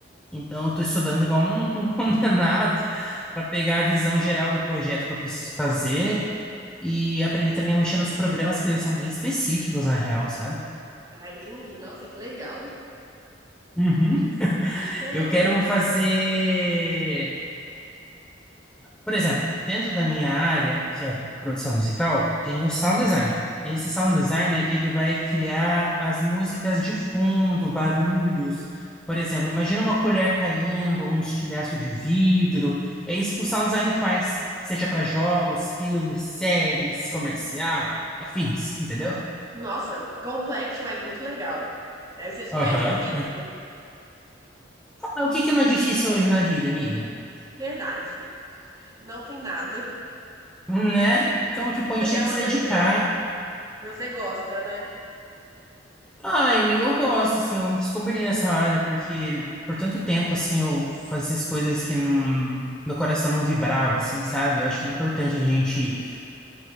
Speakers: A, in the centre; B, on the right.
A: então eu tô estudando igual um, <laughs> um condenado para pegar a visão geral do projeto que eu preciso fazer e aprender também a mexer nos programas que eles são bem específicos, na real, sabe?
B: Ah, entendi. Nossa, que legal.
A: Uhum.
B: Bem diferente.
A: Eu quero fazer. Por exemplo, dentro da minha área, que é produção musical, tem o sound designer. Esse sound designer, ele vai criar as músicas de fundo, barulhos. Por exemplo, imagina uma colher caindo, um estilhaço de vidro. É isso que o sound design faz, seja para jogos, filmes, séries, comercial, afins, entendeu?
B: Nossa, complexo, mas muito legal. Deve ser super
A: Aham.
B: difícil.
A: Ah, O que que não é difícil hoje na vida, amiga?
B: Verdade. Não tem nada.
A: Né? Então, tipo, a gente
B: Mas
A: tem
B: é uma
A: que se dedicar.
B: coisa que você, você gosta, né?
A: Ai, amiga, eu gosto, assim, eu me descobri nessa área, porque por tanto tempo, assim, eu fazia as coisas que não, meu coração não vibrava, assim, sabe? Eu acho que é importante a gente